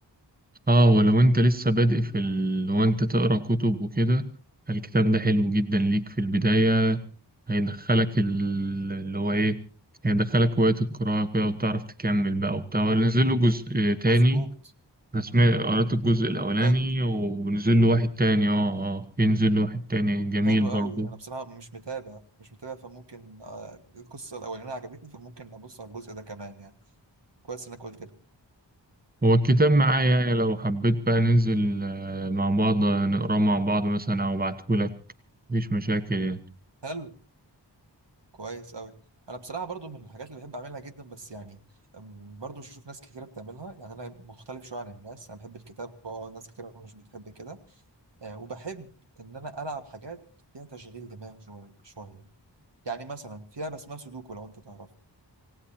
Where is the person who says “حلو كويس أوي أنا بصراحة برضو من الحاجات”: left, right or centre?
Right